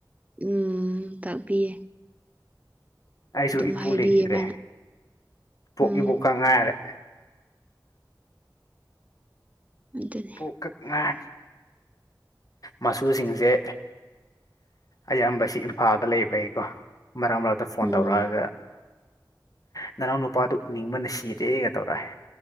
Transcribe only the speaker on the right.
ꯎꯝ ꯇꯥꯛꯄꯤꯌꯦ
ꯑꯗꯨꯝ
ꯍꯥꯏꯕꯤꯌꯦ
ꯃꯥꯅ
ꯎꯝ
ꯑꯗꯨꯅꯦ
ꯎꯝ